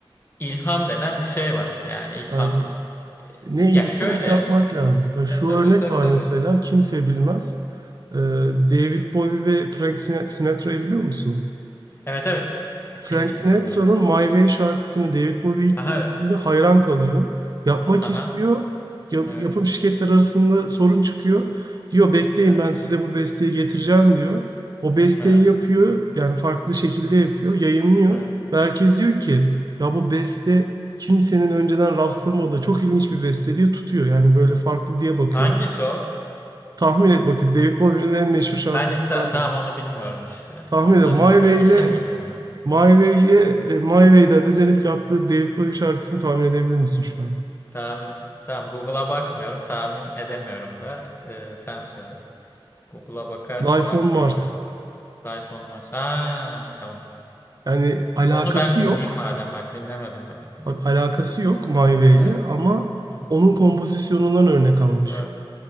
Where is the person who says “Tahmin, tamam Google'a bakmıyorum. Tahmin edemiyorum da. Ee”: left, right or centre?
Left